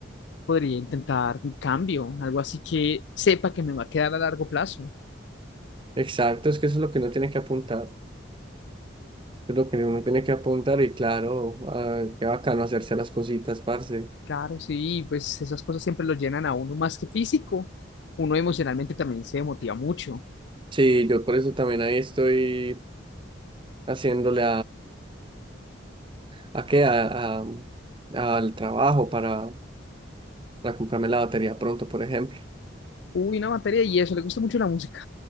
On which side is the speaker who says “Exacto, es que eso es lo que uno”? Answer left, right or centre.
Right